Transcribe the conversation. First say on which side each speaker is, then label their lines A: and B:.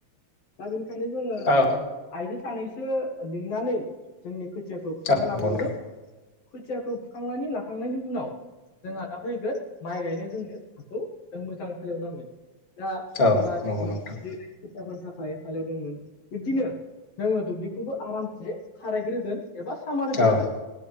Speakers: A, on the left (about 60°); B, on the left (about 20°).
A: दा बेनिखायनो जोङो
B: औ
A: आइजो सानैसो लिंनानै जोंनि खोथियाखौ
B: <inaudible>
A: फुना लाग्रोगोन खोथियाखौ फुखांनानै लाखांनायनि उनाव जोंहा दा फैगोन माइ गायनो जोंनो हाखौ जों मोजाङै हालेवनांगोन दा
B: औ
A: जोंहा
B: नंगौ
A: <unintelligible>
B: नोंथां
A: खोथिया फोनो थाखाय हालेवदोंमोन बिब्दिनो जोङो दुब्लिखौबो आरामसे खारायग्रोगोन एबा सामार होगोन
B: औ
A: आरो।